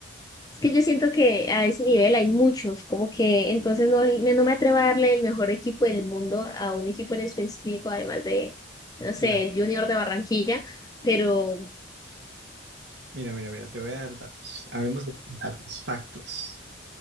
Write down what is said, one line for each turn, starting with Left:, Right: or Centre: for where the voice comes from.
Left: Es que yo siento que a ese nivel hay muchos, como que entonces no, me- no me atrevo a darle el mejor equipo del mundo a un equipo en específico, además de, no
Right: Mira,
Left: sé, el Junior de Barranquilla, pero
Right: mira, mira, mira, te voy a dar datos. Hablemos de datos, factos.